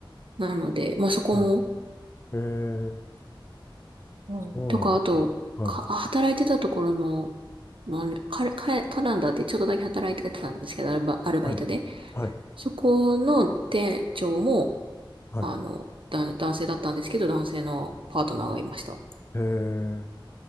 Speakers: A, on the right; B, on the left.
A: なので、まあ、そこも、
B: はい。えー、
A: うん。
B: そうなんですね。
A: とか、あと、
B: はい。
A: か、働いてたところの、まあね、カカカナダでちょっとだけ働いてたんですけど、アルバ、アルバイトで。
B: はい。はい。
A: そこの店長も、
B: はい。
A: あの、だ、男性だったんですけど、男性のパートナーがいました。
B: へえ、